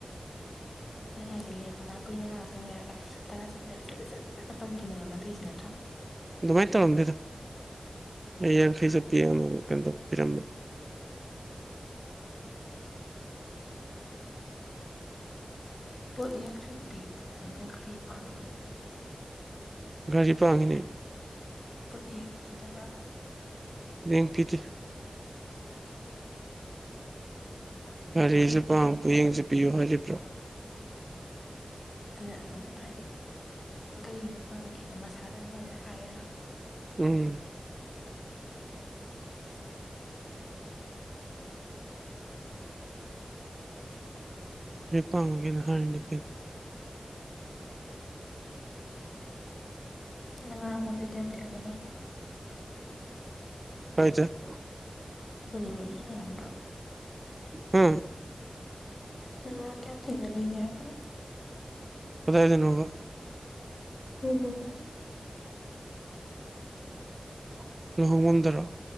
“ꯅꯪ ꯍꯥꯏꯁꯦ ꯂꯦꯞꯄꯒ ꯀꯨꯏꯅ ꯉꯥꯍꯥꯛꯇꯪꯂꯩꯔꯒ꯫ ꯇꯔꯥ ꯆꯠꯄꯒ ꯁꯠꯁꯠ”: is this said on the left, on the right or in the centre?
Left